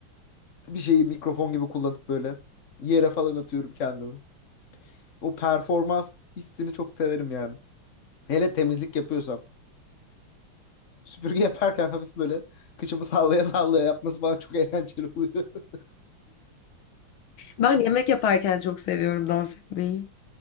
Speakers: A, on the left; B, on the left.
A: bir şeyi mikrofon gibi kullanıp böyle yere falan atıyorum kendimi. O performans hissini çok severim yani. Hele temizlik yapıyorsam. Süpürge <laughs> yaparken hafif böyle kıçımı sallaya sallaya yapması bana çok eğlenceli oluyor. <laughs>
B: Ben yemek yaparken çok seviyorum dans etmeyi.